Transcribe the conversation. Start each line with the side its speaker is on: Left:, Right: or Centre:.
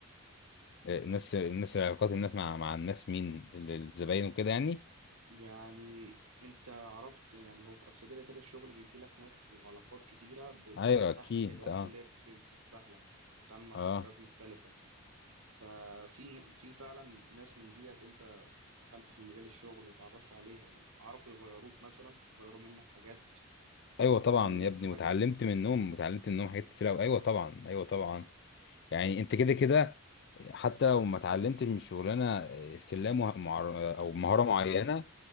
Left: إيه، الناس الناس علاقات الناس مع مع الناس مين ال- الزباين وكده يعني
Right: يعني أنت عرفت يعني هو أصل كده كده الشغل بيدي لك ناس وعلاقات كتيرة ب- بتتفتح
Left: ايوه اكيد
Right: لك كده ناس
Left: اه
Right: اللي هي بت- بتتفتح لك بتتعامل مع شخصيات
Left: اه
Right: مختلفة ففي ن- في فعلا ناس من ديت انت دخلت في المجال الشغل وتعرفت عليها وعرفوا يغيروك مثلا يغيروا منك حاجات
Left: ايوه طبعا
Right: علموك
Left: يا ابني
Right: في حاجات
Left: واتعلمت منهم واتعلمت منهم حاجات كتير قوي ايوه طبعا ايوه طبعا يعني انت كده كده حتى لو ما اتعلمتش من الشغلانه سكيلا مه- مع- او مهاره معينه